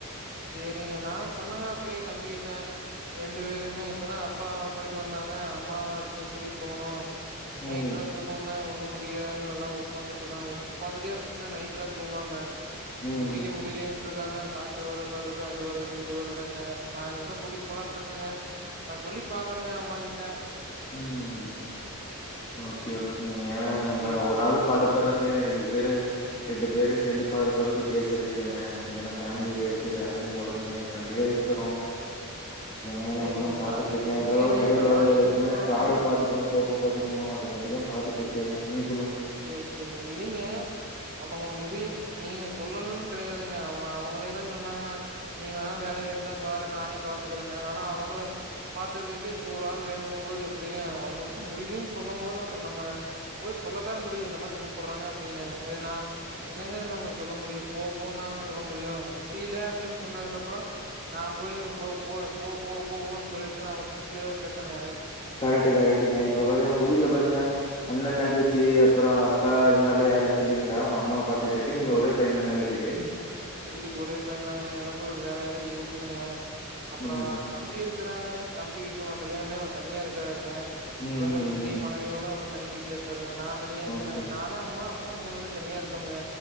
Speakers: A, on the right; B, on the left.
A: சரிங்க நான் சொன்னங்க அப்பள்ளே தம்பிக்கிட்ட ரெண்டு பேருமே இப்பதான் அப்பாவ போயிட்டு வந்தாங்க அம்மாவ அடுத்து கூட்டிகிட்டு போகணு நைட்டுலா
B: ம்
A: தூக்கமே உண்ணோ முடியு எல்லாம் உட்காந்துட்டு இருக்கான் உ்காந்துட்டே இரு நைட் எல்லாம் தூங்காம
B: ம்
A: முடியலேயே முடியலேயேன்றுக்காக ப ஒருர மாதிர இருக்கு அது வருது இதுவரதுதானே சாய்ந்தரம் தான் கூட்டிட்டு போலான்ட்டு இருக்காங்க ஆ சொல்லி பாக்குறேங்க அம்மாகிட்ட
B: உம் ஓகே ஏன்னா நம்ம
A: சேரி
B: ஒரு
A: சேரிங்க
B: ஆள் பாடுபடுறதுக்கு ரெண்டு பே ரெண்டு பேரும் சேர்ந்து பாரு பிறகு உத்தியாசம் இல்லைங்க ஏன்னா ஃபேமிலி ஆயிடுச்சு வேலைக்கும் போலக இதை நம்பிதான் இருக்கிறோம் ங்க
A: சேரிங்க
B: நம்மனும் பாத்துட்டு
A: அதுக்கு
B: இருக்கேன் ஏதாவோ
A: இல்லைங்க
B: இடையில
A: நா
B: ஒரு என்ன
A: சொல்ற
B: காடு
A: வரேன்னா
B: பாத்துக்கணும் தோப்ப பாத்துக்கணும் அது காட்டி தான் பாத்துக்க <unintelligible>
A: செரி செரி இல்லேங்க அவங்க அடிய நீங்க சொல்லணும்னு கிடையாதுங்க அவங்க அவங்களே தான் சொன்னாங்க நீ வேணா வேலைய இருந்தா பாரு நானே பாத்துக்கறேன்ன ஆனா அவங்கள பாாரத்துதுக்குே இப்ப ஒரு ஆள் வேணுங்கும் போது எப்படிங்க அவங்களுக்கு முடியலன்னு சொல்லும் போது அப்புறம் நம்ம போய் சொல்ல <inaudible> ங்க முடியும் இந்தந்த மாரி கூப்பிடடுறாங்க அப்படின்னு நான் என்னங்க நம்ம சொல்ல முடியும் போ போன்னாங்க சொல்ல முடியும் முடியல அப்படின்னு சொன்னதுக்குப்புறம் நான் போய் போ-போ -போ -போ போன்னு சொல்லிட்டு அவங்க திரிக்கத கேட்டேன்
B: கரெட்டு -கரெட்டுக்க இப்ப பாத்தீங்கன்னா உங்க வீட்டுல பாத்தீங்கன்னா அண்ணன் தங்கச்சி அப்புறம் அக்கா அது மாதிரிலாம் யாருமே இல்லைங்களா உங்க அம்மாவ பாத்துக்கறக்கு நீங்க ஒரே பையன் தானே வீட்டுக்கு
A: வீட்டுக்கு ஒரே பையன தாங்க எனக்கும் வேலையெல்லாம் இருக்குதுங்க அப்புறம்
B: ம்.
A: தம்பி இருக்க இருங்க தம்பி வீக்கும்ன் கல்யாணமே அவன் தனியா இருக்கிறாருங்க
B: ம்.
A: குழந்த
B: ம்.
A: குட்டி
B: ம்.
A: மனைவியோட அவ தனி விட்டுல இருக்காருங்க நான் தனியா இருக்கிறேன்
B: ஓகே.
A: நானும் அம்மா இப்ப மூணு பேர் தனியா இருக்கங்க